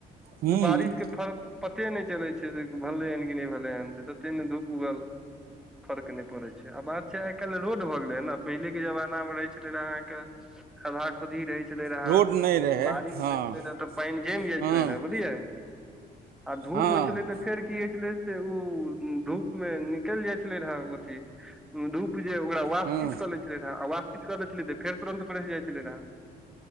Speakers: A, on the right (about 65°); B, in the centre.
A: हूँ
B: तऽ बारिश के फर। पते नहि चलै छै से भेलनै ह कि नहि भेलै हँ से तते ने धूप उगल फर्क नहि पड़ै छै आ बात छै आइ कालहि रोड भऽ गेलै ह ने पहिलेके जमाना मे रहै छलै रहए अहाँकेँ खदा खुद्दही रहैत छलै रहै
A: रोड नहि रहै
B: बारिश
A: हँ
B: रहै छलै रहै त पानि जमि जाइ
A: हँ
B: छलै रहै बुझलियै आ धूप
A: हँ
B: पहुचलै तऽ फेर। कि होइ छलै से ओ धूप मे निकलि जाइ छलै रहे अथी धूप जे ओकरा वास्तित
A: हँ
B: कऽ लै छलै रहे आ वास्तित कऽ ले छलै तऽ फेर तुरन्त रहि जाइत छलै रहे